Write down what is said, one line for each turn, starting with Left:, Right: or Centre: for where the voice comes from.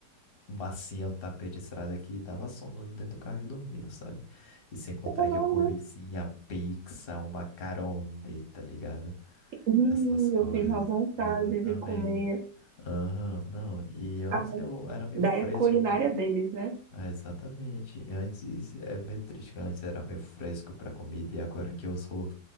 Left: macia o tapete de estrada que dava sono dentro do carro e eu dormia, sabe? E sem contar
Right: caramba.
Left: que eu comi, sim, a pizza, uma macarone, tá ligado?
Right: Hum,
Left: Essas coisas,
Right: eu tenho uma vontade
Left: exatamente.
Right: de comer
Left: Aham, não, e antes
Right: a
Left: eu era meio
Right: daia
Left: fresco
Right: culinária
Left: para.
Right: deles, né?
Left: Ah, exatamente. E Antes é meio triste, que antes era meio fresco para comida e agora que eu sou